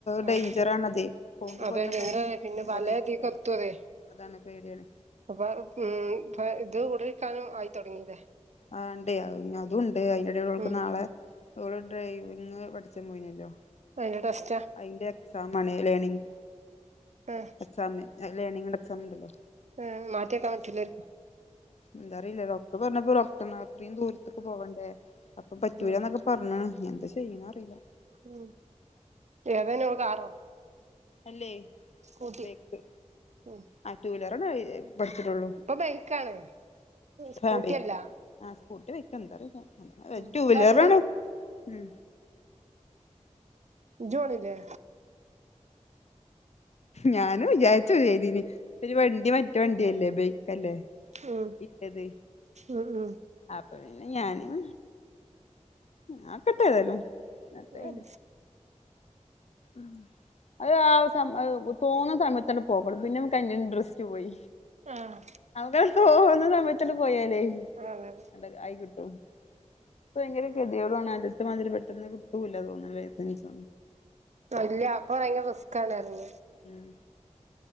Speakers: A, on the left; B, on the right.
A: ഡേഞ്ചറാണ്തെ
B: ആഹ്
A: കൗണ്ട്
B: അതെ
A: കൊറിണ
B: നിങ്ങള്
A: പനി
B: പിന്നെ പലതീക്ക്
A: ഡേഞ്ചറ
B: എത്തുവേ
A: അതാണ് പേടിയാണ്
B: അപ്പൊ ഉ ഇ ഇത് കൂടുയിക്കാനും ആയിത്തൊടങ്ങിയല്ലേ
A: ആഹ് ഇണ്ടേ അതും ഉണ്ട് അയിന്റെടടെ ഓൾക്ക്
B: ഉം
A: നാളെ അവള് ഡ്രൈവിങ് പഠിച്ചാൻ പോയിനല്ലോ
B: അതിന്റെ ടെസ്റ്റ
A: അതിന്റെ എക്സാ ആണ് ലേണിംഗ
B: ആഹ്
A: എക്സാം ലേണിംഗന്റെ എക്സാം ഉണ്ടല്ലോ
B: ആഹ് മാറ്റേ കമറ്റിലക്ക
A: എന്താറിയില്ല ഡോക്ടർ പറഞ്ഞപ്പോ ഡോക്ടറിന് ഇത്രയും ദൂരത്തേക്ക് പോകണ്ടേ അപ്പം പറ്റൂല്ലന്നൊക്കെ
B: ഉം
A: പറഞ്ഞിണ് എന്താ ചെയ്യണ അറിയില്ല
B: ഉം ഏതാന കാറോ
A: അല്ലേ
B: സ്കൂട്ടി
A: ബേക്ക്
B: ഉം
A: ആ ടു വീലറ പഠിച്ചിട്ടുള്ളൂ
B: ഇപ്പൊ ബൈക്കാണ് സ്കൂട്ടിയല്ല
A: ആ സ്കൂട്ടി വെക്ക് എന്താ അറിലാ
B: ഉം
A: ടു
B: ഇപ്പ
A: വീലറ
B: അധികം
A: ആണ് ഉം
B: ജ് പോണിലേ
A: ഞാനൻ വിചാരിച്ചു്തിനി ഒരു വണ്ടി മറ്റേ വണ്ടിയല്ലേ ബേക്ക്ല്ലേ
B: ഉം
A: ഇട്ടത്
B: ഉം ഉം
A: അപ്പൊ പിന്നെ ഞാനും ആ നോകട്ടതലും മറ്റേ
B: ഉം
A: ആഹ് അത് ആ സ തോന്നുന്ന സമയത്ത് തന്നെ പോകപ്പെടും പിന്നെ നമക്ക് അതിന്റെ ഇൻ്രസ്റ്റ് പോയി
B: ആഹ്
A: നമക്ക് തോവന്ന സംഭയിച്ചിട്ട് പോയല്ലേ
B: അതെ
A: എ ആയി കിട്ടും ഇ ഭയങ്കര കെത്യെടാണ് അതിത്തെ മാതിരി പെട്ടെന്ന് കിട്ടൂല്ല തോന്നുന്ന ലൈസൻസ്
B: ഇല്ല അപ്പൊ ഭയങ്കര റിസ്ക് ആണ് പറഞ്ഞു
A: ഉം